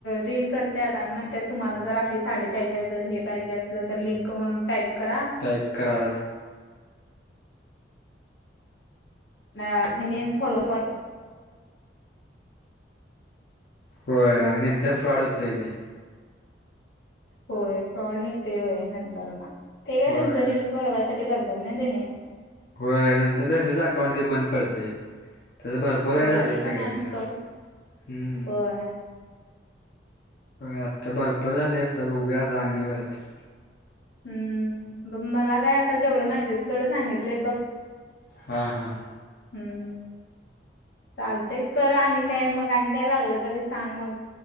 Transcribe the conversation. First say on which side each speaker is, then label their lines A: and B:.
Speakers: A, on the left; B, on the left.
A: रील करतात आणि म्हणतात. तुम्हाला जर अशी साडी पाहिजे असेल हे पाहिजे असलं तर लिंक म्हणून टाईप करा.
B: टाईप करा.
A: <unintelligible>
B: होय आणि नंतर फ्रॉड होतये.
A: होय फ्रॉड निघते. होय नंतर ना ते काय
B: होय
A: त्यांच रिल्स वाढवायसाठी करतात ना त्याने.
B: होय नंतर त्यांचच अकाउंट ते बंद पडतय. असौ भरपूर
A: होय
B: वेळा झालंय
A: ते
B: सगळ्यांच
A: पण आहे
B: हम्म.
A: सोड होय
B: आता भरपर झालेता बघूया आता आणी वरती.
A: हम्म ब मला काय आता जेवढं माहिती होत तेवढं सांगितलंय बघ.
B: हां हां.
A: हम्म. चालते करा आणि काय? मग आणि काय? लागलं तरी सांग मग.